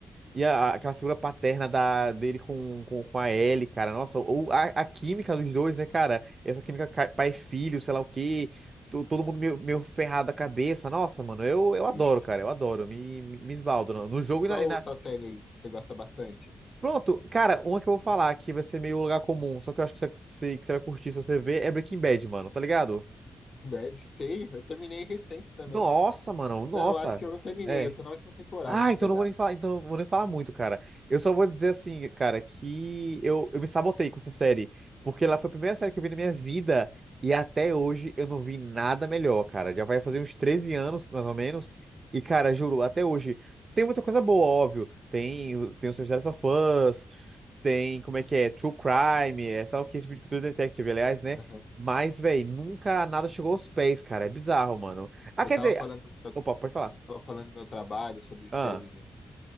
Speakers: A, on the right; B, on the left.
A: e a- aquela figura paterna da, dele com, com, com a Ellie, cara. Nossa, ou a, a química dos dois, né, cara? Essa química ca- pai e filho, sei lá o quê. to- Todo mundo meio, meio ferrado da cabeça. Nossa, mano, eu, eu
B: isso.
A: adoro, cara. Eu adoro. Me, me me esbaldo no, no jogo
B: Qual
A: e na, e na-
B: sua série aí que você gosta bastante?
A: Pronto, cara, uma que eu vou falar que vai ser meio lugar comum, só que eu acho que você, que você que você vai curtir se você ver, é Breaking Bad, mano, tá ligado?
B: Breaking Bad, sei, eu terminei recente também.
A: Nossa, mano, nossa.
B: Não, eu acho que eu não terminei,
A: É.
B: eu tô na última temporada,
A: Ah,
B: na
A: então
B: verdade.
A: não vou nem falar, então não vou nem falar muito, cara. Eu só vou dizer assim, cara, que eu, eu me sabotei com essa série, porque ela foi a primeira série que eu vi na minha vida e até hoje eu não vi nada melhor, cara. Já vai fazer uns 13 anos, mais ou menos, e cara, juro, até hoje tem muita coisa boa, óbvio. Tem, o- tem os seus The Last of Us, tem como é que é, True Crime, é, sei lá o que, esse tipo de True Detective, aliás, né?
B: Aham.
A: Mas, véi, nunca nada chegou aos pés, cara. É bizarro, mano. Ah,
B: Eu
A: quer
B: tava
A: dizer,
B: falando, eu
A: opa, pode
B: tava falando do meu trabalho sobre
A: falar.
B: séries e